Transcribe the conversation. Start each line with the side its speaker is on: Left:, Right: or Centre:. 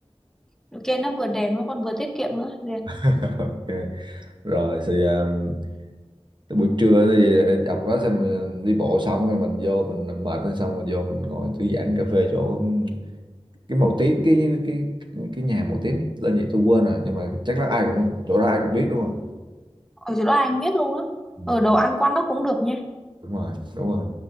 Centre: ok nó vừa đẹp nó còn vừa tiết kiệm nữa Dạ.
Right: <laughs> ok rồi thì um, tới buổi trưa thì dọc đó xong mình đi bộ xong rồi mình vô mình mệt lên xong mình vô mình ngồi thư giãn cà phê chỗ um, cái màu tím cái cái cái nhà màu tím tên gì tôi quên rồi nhưng mà chắc là ai cũng chỗ đó ai cũng biết đúng không
Centre: ở chỗ đó anh biết luôn á
Right: Ừ.
Centre: ở đồ ăn quán đó cũng được nha
Right: đúng rồi đúng rồi